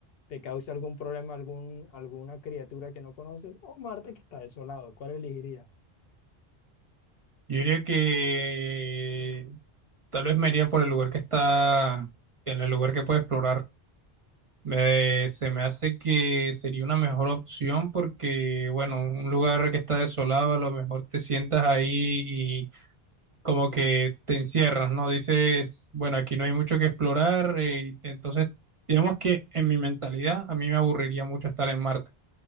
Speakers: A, on the left; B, on the right.
A: te cause algún problema, algún, alguna criatura que no conoces, o Marte que está desolado. ¿Cuál elegirías?
B: Yo diría que tal vez me iría por el lugar que está, en el lugar que puede explorar. Me- se me hace que sería una mejor opción porque, bueno, un lugar que está desolado, a lo mejor te sientas ahí y como que te encierras, ¿no? Dices, bueno, aquí no hay mucho que explorar, eh, y entonces, digamos que en mi mentalidad, a mí me aburriría mucho estar en Marte.